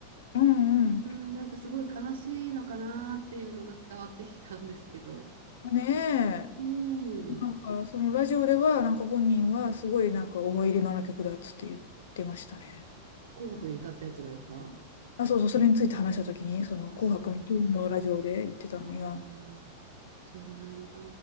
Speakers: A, on the left; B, on the right.
A: うんうん、
B: うん、なんかすごい悲しいのかなっていうのが伝わってきたんですけど、
A: ねえ、
B: うん、
A: なんかそのラジオでは、なんか本人はすごいなんか思い入れのある曲だっつって言ってましたね。
B: 紅白で歌ったやつがですか
A: あ、そうそう、それについて話したときに、その紅白の金のラジオで言ってたのには、
B: あ、そう、ああ、そうなんだ。